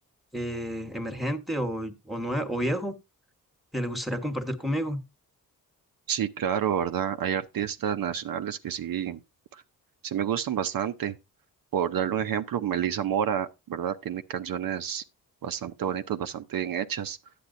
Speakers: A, in the centre; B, on the right.
A: eh, emergente o, o, nue- o viejo que le gustaría compartir conmigo.
B: Sí, claro, ¿verdad? Hay artistas nacionales que sí, sí me gustan bastante. Por darle un ejemplo, Melissa Mora, ¿verdad? Tiene canciones bastante bonitas, bastante bien hechas.